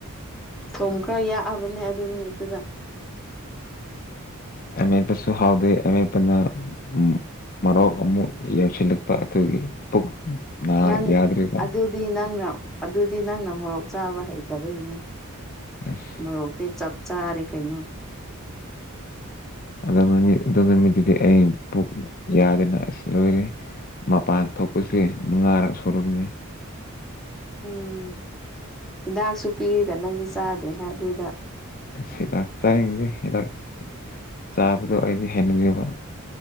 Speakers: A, in the centre; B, on the left (about 40°).
A: ꯊꯨꯝ ꯈꯔ ꯌꯥꯛꯑꯕꯅꯦ ꯑꯗꯨ ꯅꯨꯃꯤꯠꯇꯨꯗ
B: ꯎꯝ ꯑꯃꯦꯠꯄꯁꯨ ꯍꯥꯎꯗꯦ ꯑꯃꯦꯠꯄꯅ ꯎꯝ ꯃꯔꯣꯛ ꯑꯃꯨꯛ ꯌꯦꯡꯁꯤꯜꯂꯛꯄ ꯑꯗꯨꯒꯤ ꯄꯨꯛ ꯅꯥ
A: ꯅꯪ
B: ꯌꯥꯗ꯭ꯔꯤꯕ
A: ꯑꯗꯨꯗꯤ ꯅꯪꯅ ꯑꯗꯨꯗꯤ ꯅꯪꯅ ꯃꯣꯔꯣꯛ ꯆꯥꯕ ꯍꯩꯇꯕꯩꯅꯦ
B: ꯑꯁ
A: ꯃꯣꯔꯣꯛꯇꯤ ꯆꯞ ꯆꯥꯔꯦ ꯀꯩꯅꯣ
B: ꯑꯗ ꯅꯨꯃꯤꯠ ꯑꯗꯨ ꯅꯨꯃꯤꯠꯇꯨꯗꯤ ꯑꯩ ꯄꯨꯛ ꯌꯥꯗꯅ ꯑꯁ ꯂꯣꯏꯔꯦ ꯃꯄꯥꯟ ꯊꯣꯛꯄꯁꯦ ꯃꯉꯥꯔꯛ ꯁꯨꯨꯔꯕꯅꯦ
A: ꯎꯝ ꯗꯥꯛꯁꯨ ꯄꯤꯔꯒ ꯅꯪꯗꯤ ꯆꯥꯗꯦ ꯑꯗꯨꯗ
B: ꯑꯁ ꯍꯤꯗꯥꯛ ꯆꯥꯏꯪꯗꯦ ꯍꯤꯗꯥꯛ ꯆꯥꯕꯗꯣ ꯑꯩꯗꯤ ꯍꯩꯅꯗꯦꯕ